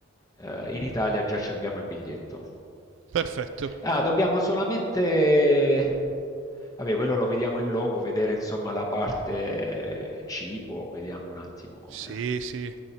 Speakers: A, on the left (about 20°); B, on the right (about 65°).
A: eh, in Italia già ci abbiamo il biglietto.
B: Perfetto.
A: Ah, dobbiamo solamente, vabbè quello lo vediamo in loco, vedere insomma la parte eh, cibo, vediamo un attimo come...
B: Sì, sì.